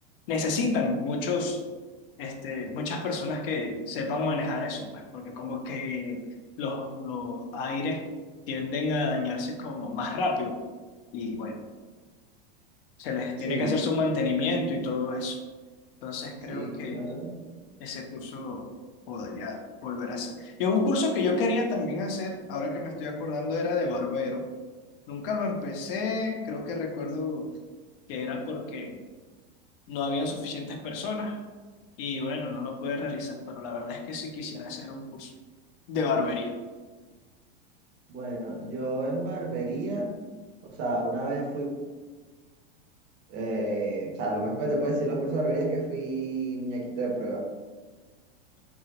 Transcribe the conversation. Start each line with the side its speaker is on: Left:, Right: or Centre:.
Left: necesitan muchos este muchas personas que sepan manejar eso pues porque como que los los aires tienden a dañarse como más rápido y bueno se les
Right: Sí,
Left: tiene que hacer su mantenimiento y todo eso entonces
Right: sí,
Left: creo que
Right: bueno.
Left: ese curso lo podría volver a hacer y un curso que yo quería también hacer ahora que me estoy acordando era de barbero Nunca lo empecé, creo que recuerdo que era porque no habían suficientes personas y bueno, no lo pude realizar, pero la verdad es que sí quisiera hacer un curso de barbería.
Right: Bueno, yo en barbería, o sea, una vez fui, eh, o sea, lo más que te puedo decir los cursos de barbería es que fui muñequito de prueba.